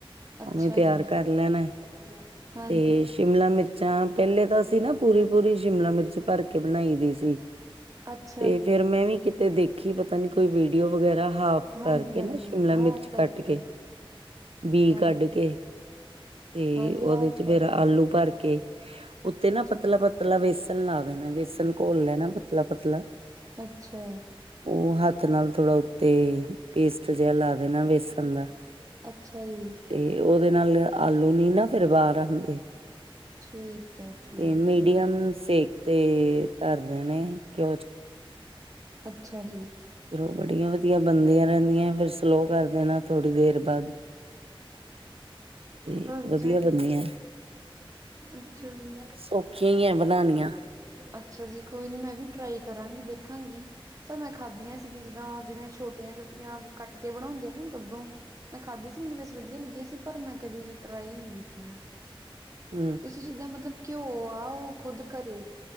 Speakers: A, on the right (about 35°); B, on the right (about 80°).
A: ਅੱਛਾ
B: ਉਵੇਂ ਤਿਆਰ
A: ਜੀ
B: ਕਰ ਲੈਨਾ ਐ।
A: <unintelligible>
B: ਤੇ ਸ਼ਿਮਲਾ ਮਿਰਚਾਂ, ਪਹਿਲੇ ਤਾਂ ਅਸੀਂ ਨਾ ਪੂਰੀ ਪੂਰੀ ਸ਼ਿਮਲਾ ਮਿਰਚ ਭਰ ਕੇ ਬਨਾਈ ਦੀ ਸੀ।
A: ਅੱਛ
B: ਤੇ ਫੇਰ ਮੈਂ ਵੀ ਕਿਤੇ ਦੇਖ ਖੀ ਪਤਾ ਨੀ ਕੋਈ ਵੀਡੀਓ ਵਗੈਰਾ ਹਾਫ
A: ਹਾਂਜੀ-ਹਾਂਜੀ
B: ਕਰਕੇ ਨਾ, ਸ਼ਿਮਲਾ
A: ਹਾਫ
B: ਮਿਰਚ
A: ਕਰਕੇ
B: ਕੱਟ ਕੇ। ਬੀ
A: ਹਾਂਜੀ।
B: ਕੱਢ ਕੇ ਤੇ
A: ਹਾਂਜੀ
B: ਉਹਦੇ
A: ਹਾਫ
B: ਚ
A: ਕਰਕੇ,
B: ਫੇਰ ਆਲੂ ਭਰ ਕੇ, ਉੱਤੇ ਨਾ
A: ਅੱਛਾ।
B: ਪਤਲਾ ਪਤ ਪਤਲਾ ਵੇਸਨ ਲਾ ਦੇਣਾ, ਵੇਸਨ ਘੋਲ ਲੈਣਾ ਪਤਲਾ-ਪਤਲਾ।
A: ਅੱਛਾ।
B: ਉਹ ਹੱਥ ਨਾਲ ਥੋੜਾ ਉੱਤੇ ਪੇਸਟ ਜਿਹਾ ਲਾ ਦੇਨਾ ਵੇਸਨ ਦਾ।
A: ਅੱਛਾ ਜੀ।
B: ਤੇ ਉਹਦੇ ਨਾਲ ਆਲੂ ਨੀ ਨਾ ਫੇਰ ਬਾਰ ਆਂਦੇ।
A: ਠੀਕ ਐ, ਠੀਕ
B: ਤੇ ਮੀਡੀਅਮ
A: ਐ।
B: ਸੇਕ ਤੇ ਕਰਦੇ ਨੇ ਕਿ
A: ਅੱਛਾ ਜੀ।
B: ਫੇਰ ਉਹ ਬੜੀਆਂ ਵਧੀਆ ਬਨਦੀਆਂ ਰਹਿੰਦੀਆਂ ਫੇਰ ਸਲੋ ਕਰ ਦੇਣਾ ਥੋੜ੍ਹੀ ਦੇਰ ਬਾਦ। ਤੇ
A: ਹਾਂਜੀ,
B: ਵਧੀਆ ਬੰਦਿਆਂ।
A: ਅੱਛਾ ਜੀ।
B: ਸੌਖੀਆਂ ਈ ਐ ਬਨਾਨੀਆਂ।
A: ਅੱਛਾ ਜੀ, ਕੋਈ ਨੀ ਮੈਂ ਵੀ ਟਰਾਈ ਕਰਾਂਗੀ, ਦੇਖਾਂਗੀ। ਚ ਮੈਂ ਖਾਦੀਆਂ ਸੀਗੀਆਂ ਜਿੱਦਾਂ ਜਿਹੜੀਆਂ ਛੋਟੀਆਂ-ਛੋਟੀਆਂ ਕੱਟ ਕੇ ਬਣਾਉਂਦੀਆਂ ਨਾ ਗੱਬੋ ਮੈਂ ਖਾਧੀ ਸੀ ਮੈਨੂੰ ਬਸ ਵਧੀਆ ਲੱਗੀ ਸੀ ਪਰ ਮੈਂ ਕਦੀ ਟਰਾਈ ਨੀ ਕੀਤੀਆਂ।
B: ਹਮ
A: ਤੁਸੀਂ ਜਿੱਦਾਂ ਮਤਲਬ ਘਿਓ ਆ ਉਹ ਖੁਦ ਘਰੇ,